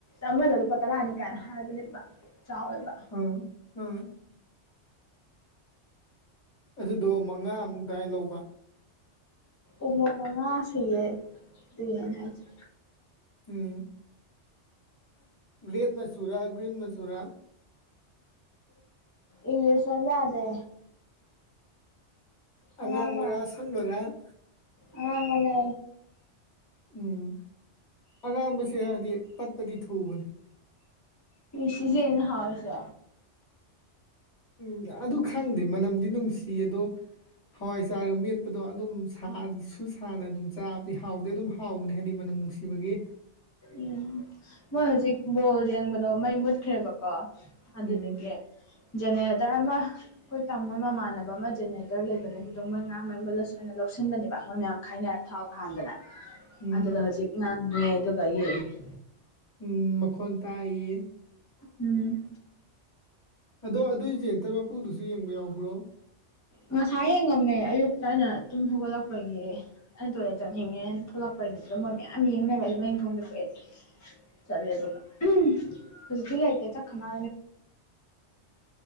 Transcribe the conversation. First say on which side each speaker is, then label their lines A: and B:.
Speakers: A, on the left; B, on the left.
A: ꯑꯃꯗ ꯄꯠꯇꯂ ꯍꯅꯤ ꯀꯥꯟ ꯍꯥꯏꯕꯅꯦꯕ ꯆꯥꯎꯋꯦꯕ
B: ꯑꯝ ꯎꯝ ꯑꯗꯨꯗꯣ ꯃꯉꯥꯃꯨꯛ ꯑꯗꯨꯏ ꯂꯧꯕ
A: ꯎꯃꯛ ꯃꯉꯥ ꯁꯨꯏꯌꯦꯦ ꯑꯗꯨꯅꯦꯅ ꯍꯥꯏꯁꯦ
B: ꯎꯝ ꯔꯦꯠ ꯃꯆꯨꯔꯥ ꯒ꯭ꯔꯤꯟ ꯃꯁꯨꯔꯥ
A: ꯏꯪꯂꯤꯁ ꯌꯥꯗꯦ
B: ꯑꯉꯥꯡꯕꯔꯥ
A: ꯑꯉꯥꯡ ꯃꯥ
B: ꯑꯁꯪꯕꯔꯥ
A: ꯑꯉꯥꯡ ꯃꯅꯦ
B: ꯎꯝ ꯑꯉꯥꯡꯕꯁꯦ ꯍꯥꯏꯗꯤ ꯄꯠꯄꯗꯤ ꯊꯨꯕꯅꯤ
A: ꯁꯤꯁꯅ ꯍꯥꯎꯁꯦ
B: ꯎꯝ ꯑꯗꯨ ꯈꯪꯗꯦ ꯃꯅꯝꯗꯤ ꯅꯨꯡꯁꯤ ꯑꯗꯣ ꯍꯋꯥꯏ ꯆꯥꯔꯒ ꯃꯤ ꯑꯗꯨ ꯁꯥ ꯁꯨ ꯁꯥꯥꯟꯅ ꯑꯗꯨꯝ ꯆꯥꯕꯗꯤ ꯍꯥꯎꯗꯤ ꯑꯗꯨꯝ ꯍꯥꯎꯕꯅꯦ ꯍꯥꯏꯗꯤ ꯃꯅꯝ ꯅꯨꯡꯁꯤꯕꯒꯤ
A: ꯎꯝ ꯃꯣꯏ ꯍꯧꯖꯤꯛ ꯕꯣꯜ ꯌꯦꯡꯕꯗꯣ ꯃꯩ ꯃꯨꯠꯈ꯭ꯔꯦꯕꯀꯣ ꯑꯗꯨꯗꯒꯤ
B: ꯎꯝ
A: ꯖꯅꯦ ꯇꯔꯃ ꯑꯩꯈꯣꯏ ꯇꯥꯃꯣ ꯃꯃꯥꯟꯅꯕ ꯑꯃ ꯖꯦꯅꯦꯔꯦꯇꯔ ꯂꯩꯕꯅꯦ ꯑꯗꯨꯗꯣ ꯃꯣꯏ ꯉꯔꯥꯡ ꯃꯩ ꯃꯨꯜꯂ ꯁꯨꯃꯥꯏꯅ ꯂꯧꯁꯤꯟꯕꯅꯦꯕ ꯃꯣꯏ ꯃꯌꯥꯝ ꯈ ꯍꯥꯏꯅꯔ ꯊꯥꯎꯒ ꯍꯥꯟꯗꯅ
B: ꯎꯝ
A: ꯑꯗꯨꯗ ꯍꯧꯖꯤꯛ ꯉꯪꯉꯦ ꯑꯗꯨꯒ ꯌꯦꯡꯉꯦ
B: ꯎꯝ ꯃꯈꯟ ꯇꯥꯏꯌꯦ
A: ꯎꯝ
B: ꯑꯗꯣ ꯑꯗꯨꯏꯁꯦꯇꯔ ꯃꯄꯨꯗꯨꯁꯨ ꯌꯦꯡꯕ ꯌꯥꯎꯕ꯭ꯔꯣ
A: ꯉꯁꯥꯏ ꯌꯦꯡꯉꯝꯃꯦ ꯑꯌꯨꯛꯇ ꯑꯩꯅ ꯑꯗꯨꯨꯝ ꯍꯧꯒꯠꯂꯛꯄꯒꯤ ꯑꯩꯅ ꯇꯣꯂꯦ ꯆꯅꯤꯡꯉꯦꯅ ꯊꯣꯛꯂꯛꯄ ꯗꯨ ꯃꯣꯏ ꯃꯌꯥꯝ ꯌꯦꯡꯅꯕ ꯑꯗꯨ ꯃꯡ ꯊꯣꯡꯗ ꯊꯣꯛꯑꯦ ꯆꯠꯂꯦ ꯑꯗꯨꯒ ꯍꯧꯖꯤꯛꯇꯤ ꯂꯩꯇꯦ ꯆꯠꯈꯃ